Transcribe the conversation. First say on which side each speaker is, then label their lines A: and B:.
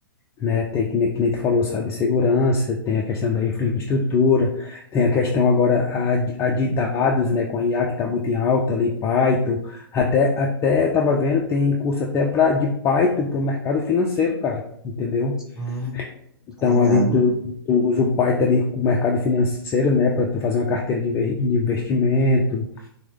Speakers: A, on the left; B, in the centre.
A: né? Tem que, nem- que nem tu falou, segurança tem a questão da infraestrutura, tem a questão agora a, de- a de dados, né? Com a IA que está muito em alta ali, Python, até até estava vendo, tem curso até para de Python para o mercado financeiro, cara, entendeu?
B: Hum,
A: Então
B: tá ligado,
A: ali tu,
B: né?
A: tu usa o Python ali com o mercado financeiro, né? Para tu fazer uma carteira de inve- de investimento,